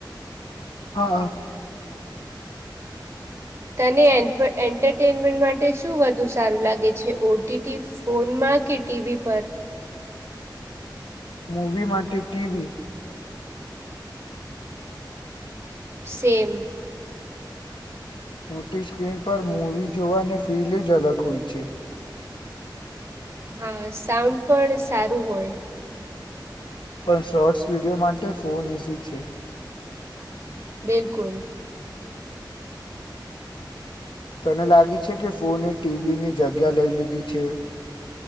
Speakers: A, on the left; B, on the right.
A: હા હા
B: તને એન્ટરટેનમેન્ટ માટે શું વધુ સારું લાગે છે ઓટીટી ફોનમાં કે ટીવી પર
A: મૂવી માટે ટીવી.
B: સેમ
A: મોટી સ્ક્રીન પર મૂવી જોવાની ફીલ જ અલગ હોય છે.
B: હા સાઉન્ડ પણ સારું હોય.
A: પણ શોર્ટ્સ વિડીયો માટે ફોન ઈઝી છે.
B: બિલકુલ
A: તને લાગે છે કે ફોને ટીવીની જગ્યા લઈ લીધી છે.